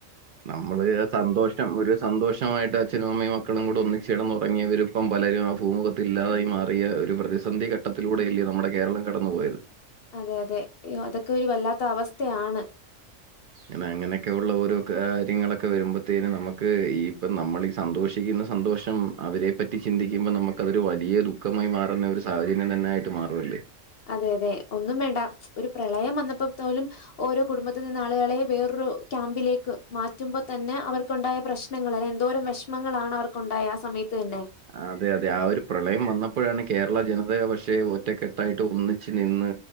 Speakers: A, on the right; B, on the left.
A: നമ്മള് സന്തോഷം ഒരു സന്തോഷമായിട്ട് അച്ഛനും അമ്മയും മക്കളും കൂടെ ഒന്നിച്ചുടന്നുറങ്ങിയവരിപ്പം പലരും ആ ഭൂമുഖത്തി ഇല്ലാതായി മാറിയ ഒരു പ്രതി സന്ധി ഘട്ടത്തിലൂടെയല്ലേ നമ്മുടെ കേരളം കടന്നു പോയത്
B: അതെ അതെ അതൊക്കെ ഒരു വല്ലാത്ത അവസ്ഥയാണ്
A: അങ്ങനെ അങ്ങനെയൊക്കെയൊള്ള ഒരോ കാര്യങ്ങളൊക്കെ വരുമ്പോത്തേനും നമുക്ക് ഈ ഇപ്പം നമ്മളിഈ സന്തോഷിക്കുന്ന സന്തോഷം അവരെ പറ്റി ചിന്തിക്കുമ്പോ നമുക്കതൊരു വലിയ ദുഃഖമായി മാറുന്ന ഒരു സാഹചര്യം തന്നൊയിട്ട് മാറുവല്ലേ
B: അതെ അതെ ഒന്നും വേണ്ട ഒരു പ്രളയം വന്നപ്പത്തോലും ഓരോ കുടുംബത്തി നിന്ന് ആളുകളെ വേറൊരു ക്യാമ്പിലേക്ക് മാറ്റുമ്പോ തന്നെ അവർക്കുണ്ടായ പ്രശ്നങ്ങൾ അല്ലെ എന്തോരം വിഷമങ്ങളാണ് അവർക്കുണ്ടായ ആ സമയത്ത് തന്നെ
A: അതെ അതെ ആ ഒരു പ്രളയം വന്നപ്പോഴാണ് കേരള ജനത പഷേ ഒറ്റക്കെട്ടായിട്ട് ഒന്നിച്ച് നിന്ന്